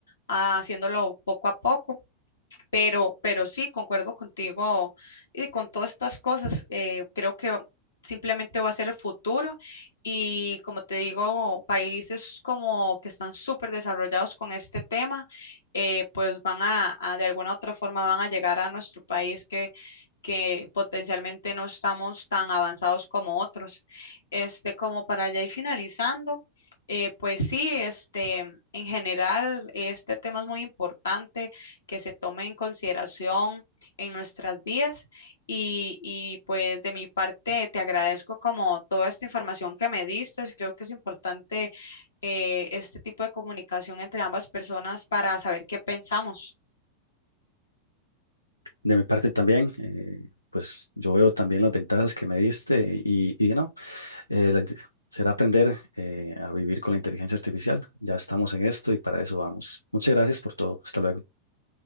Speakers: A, on the left; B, on the left.
A: ah, haciéndolo poco a poco. Pero, pero sí, concuerdo contigo y con todas estas cosas. eh, creo que simplemente va a ser el futuro y como te digo, países como que están súper desarrollados con este tema, eh, pues van a, a, de alguna u otra forma, van a llegar a nuestro país que, que potencialmente no estamos tan avanzados como otros. Este, como para ya ir finalizando, eh, pues sí, este, en general, este tema es muy importante que se tome en consideración en nuestras vías y, y pues de mi parte te agradezco como toda esta información que me diste. Creo que es importante eh, este tipo de comunicación entre ambas personas para saber qué pensamos.
B: De mi parte también, eh, pues yo veo también las ventajas que me diste y, y no, eh, la inte- será aprender eh, a vivir con la inteligencia artificial. Ya estamos en esto y para eso vamos. Muchas gracias por todo. Hasta luego.